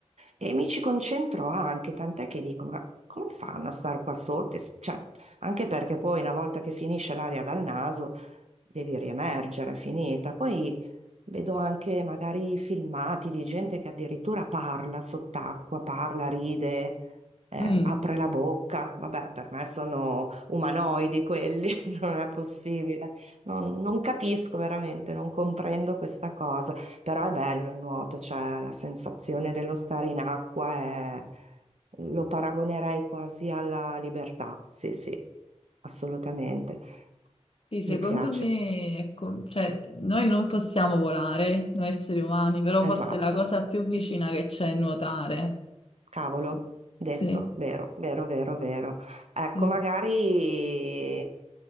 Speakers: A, on the right; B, on the left.
A: E mi ci concentro anche, tant'è che dico, ma come fanno a star qua sotto? Es- Cioè, anche perché poi una volta che finisce l'aria dal naso devi riemergere, è finita. Poi vedo anche magari filmati di gente che addirittura parla sott'acqua, parla, ride, eh,
B: Mm.
A: apre la bocca. Vabbè, per me sono umanoidi quelli, <laughs> non è possibile. Non, non capisco veramente, non comprendo questa cosa, però è bello il nuoto, cioè la sensazione dello stare in acqua è- lo paragonerei quasi alla libertà, sì, sì, assolutamente,
B: Sì, secondo
A: mi piace,
B: me, ecco, cioè, noi non possiamo volare, noi esseri umani, però forse
A: esatto.
B: è la cosa più vicina che c'è è nuotare.
A: Cavolo, detto,
B: Sì.
A: vero, vero, vero, vero. Ecco,
B: Mm.
A: magari,